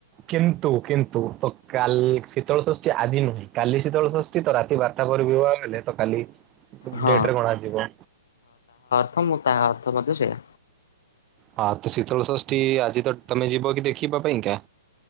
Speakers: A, on the right (about 25°); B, on the left (about 70°).
A: କିନ୍ତୁ କିନ୍ତୁ ତ କାଲି ଶୀତଳ ଷଷ୍ଠୀ ଆଜି ନୁହେଁ କାଲି ଶୀତଳ ଷଷ୍ଠୀ ତ ରାତି ବାରଟା ପରେ ବିବାହ ହେଲେ। ତ କାଲି
B: ହଁ
A: ଡେଟରେ କଣ ଆଯିବ
B: ପ୍ରଥମ ତା ଅର୍ଥ ମଧ୍ୟ ସେଇୟା।
A: ହଁ ତ ଶୀତଳଷଷ୍ଠୀ ଆଜି ତ ତମେ ଯିବ କି ଦେଖିବା ପାଇଁକା?